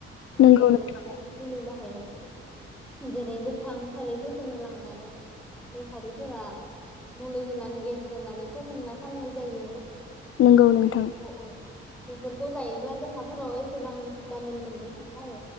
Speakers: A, in the centre; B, on the left.
A: रासायनारि
B: नंगौ नोंथां
A: <unintelligible> मुलै बाहायनाय। जेरै गोथां थालिरफोरखोनो लांनानै बेफारिफोरा मुलि होनानै गेस होनानै फोमोनना फाननाय जायो।
B: नंगौ नोंथां
A: औ औ बेफोरखौ जायोब्ला देहाफोराव ए सेबां भिटामिन मोननो थाङा आरो